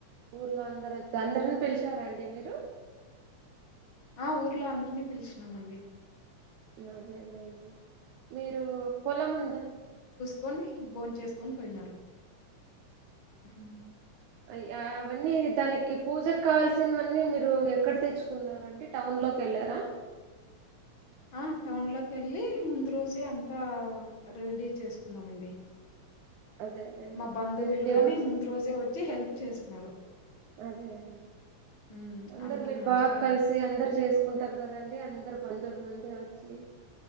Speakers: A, on the right; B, on the left.
A: ఊర్లో అందరు వ అందరినీ పిలిచారాండి మీరు
B: ఆ ఊర్లో అందరినీ పిలుచున్నామండి
A: అదే అదే అండి మీరు పొలం ఉందా
B: కోనీ బోన్ చేసుకొని పోయినరూ హు
A: అయ అవన్నీ దానికి పూజకు కావల్సినవన్నీ మీరు ఎక్కడ తెచ్చుకున్నరండి టౌన్ లోకి కేళ్ళారా
B: ఆ టౌన్లోకి కేళ్ళి ముందు రోజే అంతా రెడీ చేసుకున్నామండి
A: అదే అదేండి
B: మా బంధువులు
A: వెజిటేబుల్స్
B: గాని ముందు రోజే వచ్చి హెల్ప్ చేస్తున్నారు.
A: అదే అండి
B: హ్మ్
A: అందరు
B: అందరూ
A: మీరు
B: మంచిగా
A: బాగా కలిసి అందరు చేసుకుంటారు కదండి అందరు పాన్ దర్ ముందే వచి